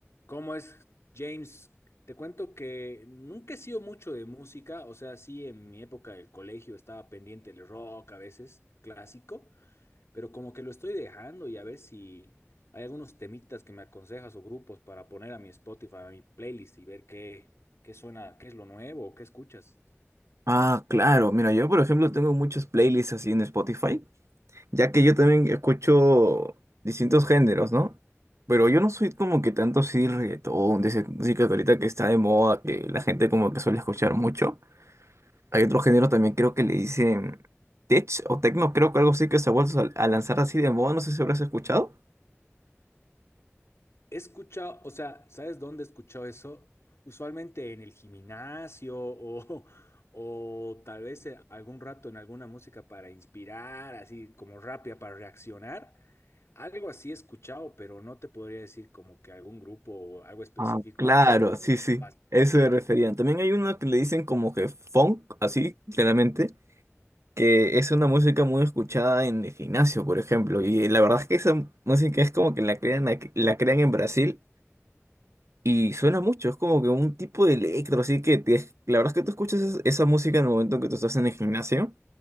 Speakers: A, on the left; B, on the right.
A: ¿Cómo es, James? Te cuento que nunca he sido mucho de música, o sea, sí, en mi época del colegio estaba pendiente del rock a veces, clásico, pero como que lo estoy dejando y a ver si hay algunos temitas que me aconsejas o grupos para poner a mi Spotify, a mi playlist y ver qué, qué suena, qué es lo nuevo, qué escuchas.
B: Ah, claro. Mira, yo por ejemplo tengo muchas playlists así en Spotify, ya que yo también escucho distintos géneros, ¿no? Pero yo no soy como que tanto así reggaetón, de esa música que ahorita que está de moda, que la gente como que suele escuchar mucho. Hay otro género también creo que le dicen tech o techno, creo que algo así que se ha vuelto a a lanzar así de moda, no sé si habrás escuchado.
A: He escuchado, o sea, ¿sabes dónde he escuchado eso? Usualmente en el gimnasio o, <laughs> o tal vez eh, algún rato en alguna música para inspirar, así como rápida para reaccionar. Algo así he escuchado, pero no te podría decir como que algún grupo o algo específico,
B: Ah, claro,
A: algo
B: sí, sí,
A: bastante-
B: eso me referían. También hay una que le dicen como que funk, así, claramente. que es una música muy escuchada en el gimnasio, por ejemplo, y la verdad es que esa música es como que la crean, aquí- la crean en Brasil y suena mucho, es como que un tipo de electro, así que te- la verdad es que tú escuchas es- esa música en el momento que tú estás en el gimnasio